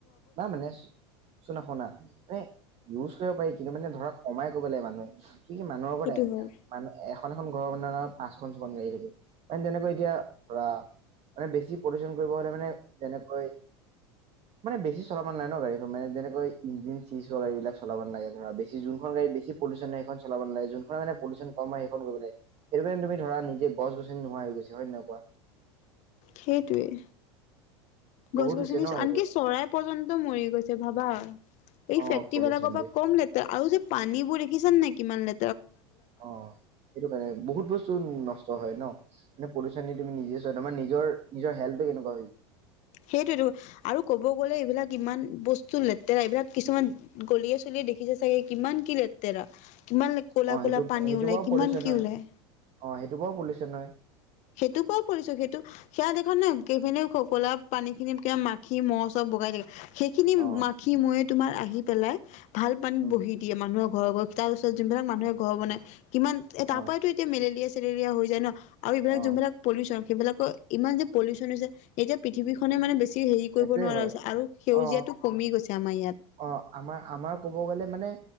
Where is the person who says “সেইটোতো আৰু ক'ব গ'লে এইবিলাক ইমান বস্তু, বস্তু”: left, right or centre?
Left